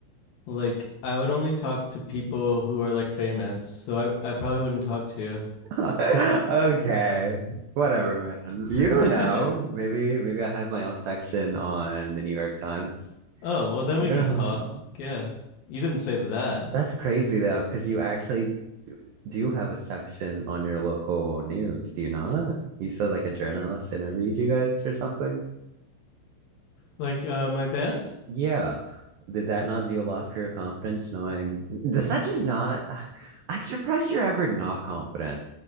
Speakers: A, on the left; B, on the right.
A: like, I would only talk to people who are like famous. So I, I probably wouldn't talk to you.
B: <laughs> Okay, whatever, man. You
A: <laughs>
B: don't know. Maybe, maybe I have my own section on the New York Times.
A: oh well, then
B: You
A: we
B: don't
A: could talk.
B: know
A: Yeah, you didn't say that.
B: That's crazy though, because you actually do have a section on your local news, do you not? You said like a journalist interviewed you guys or something?
A: Like, uh, my band.
B: Yeah. Did that not do a lot for your confidence knowing does that just not <sighs> I'm surprised you're ever not confident.